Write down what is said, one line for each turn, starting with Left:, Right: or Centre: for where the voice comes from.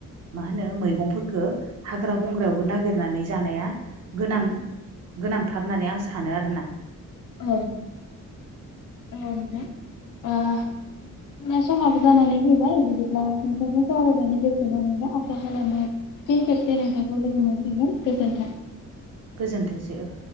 Right: मा होनो मैगंफोरफोरखौ हाग्रा बंग्रायावबो नागिरनानै जानाया गोनां गोनांथार होननानै आं सानो आरोना।
Left: <inaudible> समाबो जानानै फैबाय बिदिब्ला नोंथांजों सावरायनानै गोजोननाय मोनबाय आसा खालामो फिन खेबसे नोंथांखौ लोगो मोनफनगोन गोजोन्थों।
Right: गोजोन्थोंसै ओ।